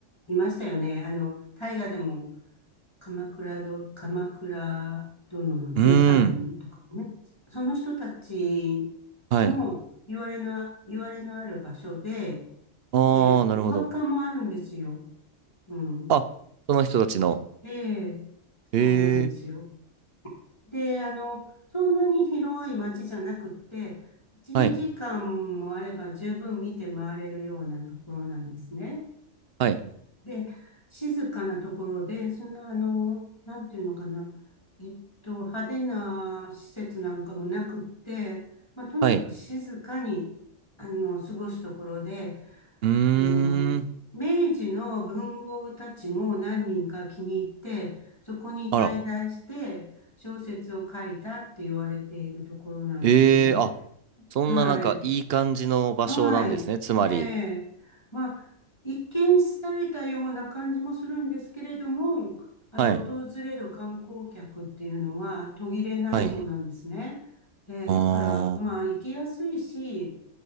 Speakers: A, on the left; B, on the right.
A: いましたよね。あの、大河でも鎌倉ど、鎌倉殿の13人とかね。
B: うーん、
A: その人たち
B: はい。
A: の言われの、言われのある場所で、
B: ああ、
A: で、
B: なるほど。
A: お墓もあるんですよ。うん。
B: あ、その人たちの。
A: ええ、
B: えー、
A: そうなんですよ。で、あの、そんなに広い街じゃなくって、1、
B: はい、
A: 2時間もあれば十分見て回れるようなところなんですね。
B: はい、
A: で、静かなところで、そんな、あの、なんていうのかな、えっと、派手な施設なんかもなくって、まあ、とにかく静かに、
B: はい。
A: あの、過ごすところで、
B: うー
A: あの、
B: ん、
A: 明治の文豪たちも何人か気に入って、そこに滞在して小説を書いたって言われているところなんですね。
B: あら。ええーあ、そんななんかいい感じの場所なんですね。
A: はい。はい。
B: つまり。
A: ええ。まあ、一見廃れたような感じもするんですけれども、あの、
B: はい。
A: 訪れる観光客っていうのは途切れないそうなんですね。
B: はい。
A: ええ、
B: あ
A: だから、まあ、
B: あ。
A: 行きやすいし、